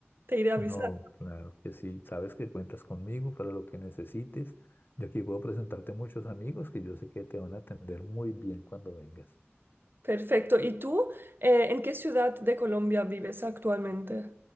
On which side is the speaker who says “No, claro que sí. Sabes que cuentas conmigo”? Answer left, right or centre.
Left